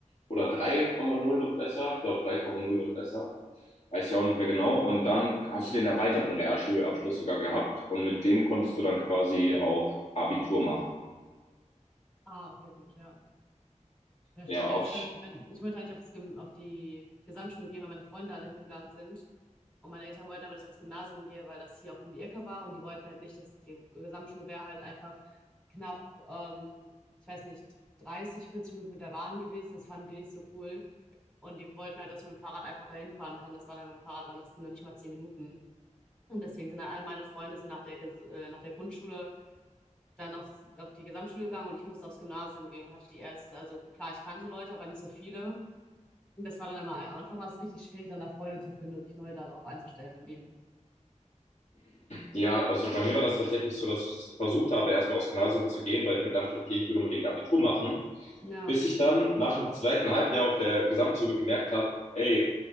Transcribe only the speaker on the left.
oder drei Komma null und besser. Ich glaube drei Komma null und besser weiß ja auch nicht mehr genau. Und dann hast du den erweiterten Realschulabschluss sogar gehabt und mit dem konntest du dann quasi auch Abitur machen.
Ja,
auf,
Ja, also bei mir war das tatsächlich so, dass ich versucht habe, erstmal aufs Gymnasium zu gehen, weil ich mir dachte, okay, ich will unbedingt Abitur machen.
Bis ich dann nach dem zweiten Halbjahr auf der Gesamtschule gemerkt habe, ey,